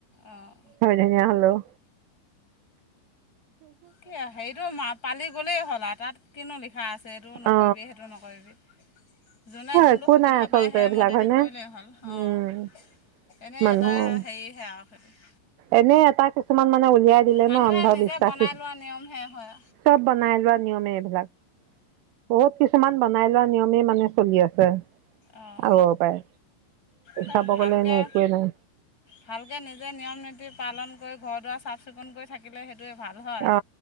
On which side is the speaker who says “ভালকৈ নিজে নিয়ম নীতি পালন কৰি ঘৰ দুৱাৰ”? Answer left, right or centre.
Left